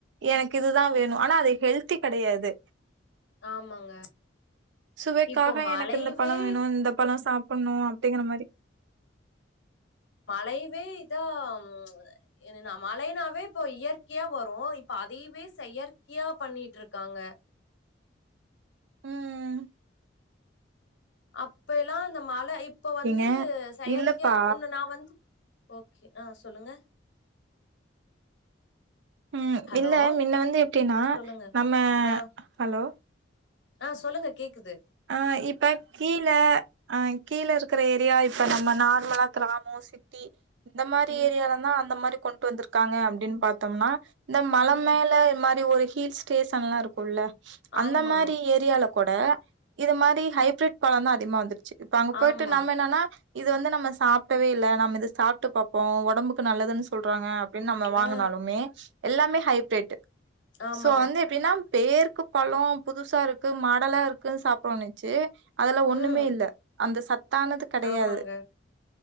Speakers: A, on the right; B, on the left.
A: எனக்கு இதுதா வேணு ஆனா அது ஹெல்த்தி கெடையாது
B: ஆமாங்க
A: சுவைக்காக
B: இப்போ மழையவே
A: எனக்கு இந்த பழ வேணு இந்த பழொ சாப்ப ன்னு அப்டிங்கிற மாரி
B: மழையவே இதா ம என்ன ந மழைனாவே இப்ப இயற்கையா வரு இப்ப அதையவே செயற்கையா பண்ணிட்ருக்காங்க
A: ம்
B: அப்ப எல்லா இந்த மழ இப்ப வந்து
A: ஏங்க
B: செயற்கையா
A: இல்லப்பா
B: உன்னு நா வந்து ஓக்கே ஆ சொல்லுங்க
A: ம்மு
B: ஹலோ
A: இல்ல மின்ன வந்து எப்டின்னா
B: ஆ சொல்லுங்க
A: நம்ம
B: ஆ
A: ஹலோ
B: ஆ சொல்லுங்க கேக்குது
A: ஆ இப்ப கீழ ஆ கீழ இருக்குற ஏரியா இப்ப நம்ம நார்மலா க்ராமோ சிட்டி இந்த மாரி
B: ம்
A: ஏரியாலந்தா அந்த மாரி கொண்டு வந்துருக்காங்க அப்டின் பாத்தம்னா இந்த மல
B: ம்
A: மேல இந் மாரி ஒரு ஹில் ஸ்டேஷன்லா இருக்குல்ல அந்த
B: ஆமா
A: மாரி ஏரியால கூட இரு மாரி ஹைப்ரிட் பழந்தா அதிகமா வந்துருச்சு இப்ப அங்க போயிட்டு
B: ஆமா
A: நாம் என்னன்னா இது வந்து நம்ம சாப்ட்டவே இல்ல நம்ம இது சாப்ட்டு பாப்போ ஒடம்பு க்கு நல்லதுன் சொல்றாங்க அப்டின் நம்ம வாங்குனாலுமே
B: ஆ
A: எல்லாமே ஹைப்ரிட்டு
B: ஆமாங்க
A: சோ வந்து எப்டின்னா பேருக்கு பழோ புதுசா இருக்கு மாடலா இரு சாப்புறோனுச்சு அதுல ஒண்ணுமே
B: ம்
A: இல்ல அந்த சத்தானது கடையாது
B: ஆமாங்க